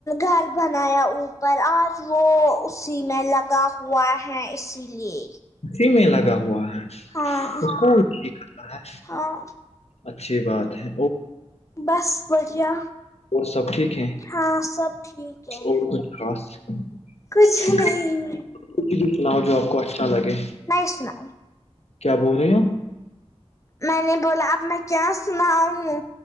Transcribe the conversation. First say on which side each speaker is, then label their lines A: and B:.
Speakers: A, on the left; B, on the left.
A: گھر بنایا اوپر آج وہ اسی میں لگا ہوا ہے اسی لیے
B: اسی میں لگا ہوا ہے اس
A: ہاں
B: کاتا ہے
A: ہاں
B: اچھی بات ہے
A: بس بڑھیا
B: اور سب ٹھیک ہے
A: ہاں سب ٹھیک ہے
B: اور کچھ خاص
A: کچھ
B: اس
A: نہیں
B: لیے سناؤ جو آپ کو اچھا لگے
A: نہیں سناؤ
B: کیا بول رہی ہو
A: میں نے بولا اب میں کیا سنا ہوں